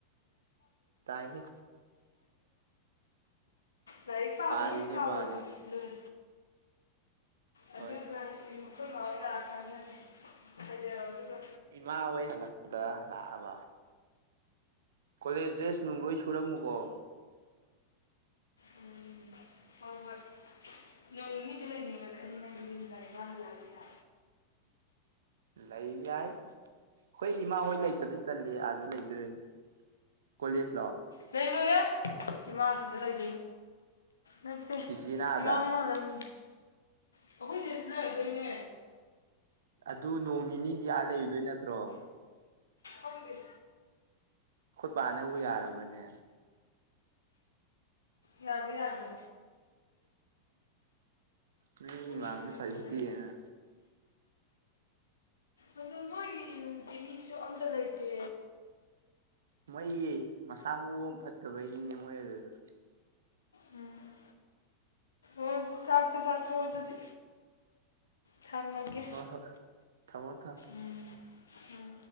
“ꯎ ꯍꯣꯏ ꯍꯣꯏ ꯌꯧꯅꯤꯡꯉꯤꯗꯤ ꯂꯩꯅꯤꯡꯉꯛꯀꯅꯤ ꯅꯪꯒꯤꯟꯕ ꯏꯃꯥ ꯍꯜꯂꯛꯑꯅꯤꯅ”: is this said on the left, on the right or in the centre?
Left